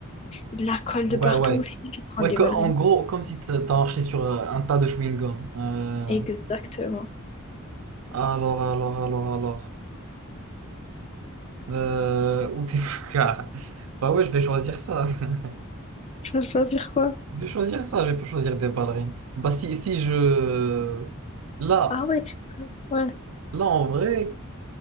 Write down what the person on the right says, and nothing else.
Ouais,
ouais.
Ouais,
co-
en gros, comme si t'as t'as marché sur euh, un tas de chewing-gum. Euh,
Alors, alors, alors, alors. Euh, ou des <laughs> Ah, Bah ouais, je vais choisir ça. <laughs>
Je vais choisir ça, je vais pas choisir des ballerines. Bah si, si je... Là,
là en vrai,